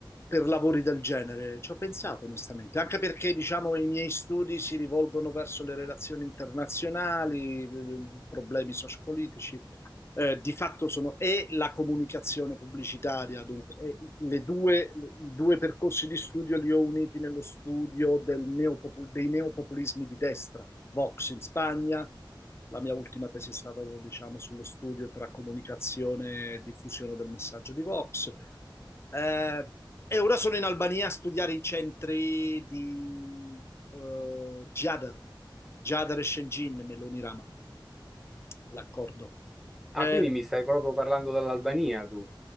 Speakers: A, on the left (about 30°); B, in the centre.
A: per lavori del genere. Ci ho pensato onestamente, anche perché, diciamo, i miei studi si rivolgono verso le relazioni internazionali, eh, problemi sociopolitici eh, di fatto sono e la comunicazione pubblicitaria, dunque, le due, le- i due percorsi di studio li ho uniti nello studio del neopopu- dei neopopulismi di destra, Vox in Spagna, la mia ultima tesi è stata, diciamo, sullo studio tra comunicazione e diffusione del messaggio di Vox. Eh, e ora sono in Albania a studiare i centri di eh, Gjader, Gjader e Shenzhen, Meloni Rama, l'accordo.
B: Ah,
A: Eh,
B: quindi mi stai proprio parlando dall'Albania tu?